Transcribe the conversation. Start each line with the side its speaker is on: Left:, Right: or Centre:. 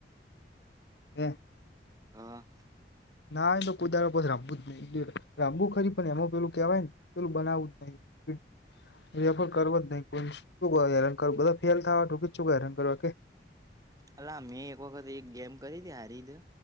Left: એ
Right: હા.
Left: ના એ તો કોદારો પા રામવું જ નહી રામવું ખરી પણ એમ પેલું કેહેવાય, ને પેલું બનાવું જ નહી. હમ. રેફર કરવો જ નહી કો શું હે કરું બધા ફેલ થકી શું હેરાન કરવા કે.
Right: અલા મેં એક વખત એક ગેમ કરી હતી હારી દું.